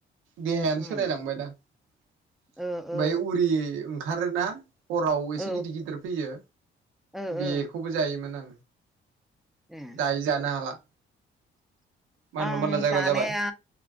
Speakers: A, on the right; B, in the centre.
A: देहायानो
B: उम
A: सोलायलांबायदां ओमफ्राय
B: ओ ओ
A: उरि ओंखारोना हराव एसे
B: औ
A: गिदिर गिदिर फैयो
B: औ ओ
A: बेखौबो
B: ओ
A: जायोमोन आं
B: ए
A: दायो जानो हाला मानलु
B: आं
A: मानला जाग्रा
B: जानाया
A: जाबाय